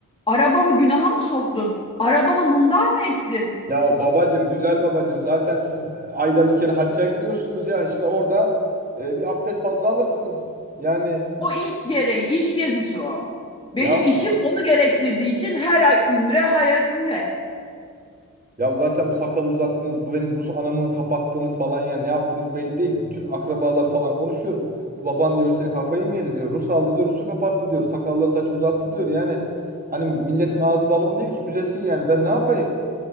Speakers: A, on the left (about 15°); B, on the right (about 30°).
A: Arabamı günaha mı soktun? Arabamı mındar mı ettin?
B: ya babacım güzel babacım zaten siz e, ayda bir kere hacca gidiyorsunuz ya işte orada e, bir abdest fazla alırsınız. Yani
A: O iş gereği, iş gezisi o. Benim
B: ya
A: işim onu gerektirdiği için her ay ümre, hayal ümre.
B: Ya zaten bu sakalı uzattınız, bu benim Rus anamı kapattınız falan ya ne yaptınız belli değil. Bütün akrabalar falan konuşuyor. Baban diyor senin kafayı mı yedi diyor. Rus aldı diyor, Rus'u kapattı diyor. Sakalları saç uzattı diyor. Yani hani milletin ağzı balon değil ki büzesin yani. Ben ne yapayım?